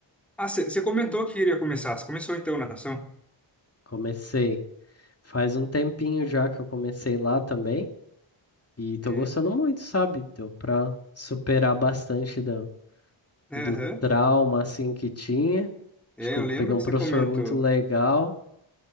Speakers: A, in the centre; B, on the left.
A: Ah, você comentou que iria começar. Você começou então natação?
B: Comecei. Faz um tempinho já que eu comecei lá também. E tô
A: E-
B: gostando muito, sabe? Deu pra superar bastante do,
A: Aham.
B: do trauma, assim, que tinha.
A: É,
B: Acho que
A: eu
B: eu
A: lembro
B: peguei um
A: que você
B: professor
A: comentou.
B: muito legal.